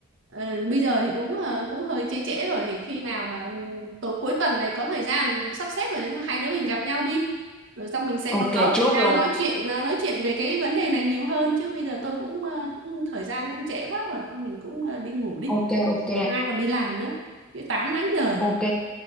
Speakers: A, on the right; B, in the centre.
A: Ờ, bây giờ thì cũng ờ, cũng hơi trễ trễ rồi thì khi nào mà ừ, tối cuối tuần này có thời gian sắp xếp rồi hai đứa mình gặp nhau đi. Rồi xong mình sẽ
B: ok
A: nó có
B: chốt
A: thời gian
B: luôn
A: nói chuyện ờ, nói chuyện về cái vấn đề này nhiều hơn chứ bây giờ tôi cũng, ờ, cũng thời gian cũng trễ quá rồi thôi mình cũng ờ, đi ngủ đi.
B: ok ok
A: Để mai còn đi làm nữa. Chứ 8 nãy giờ
B: Ok,
A: rồi.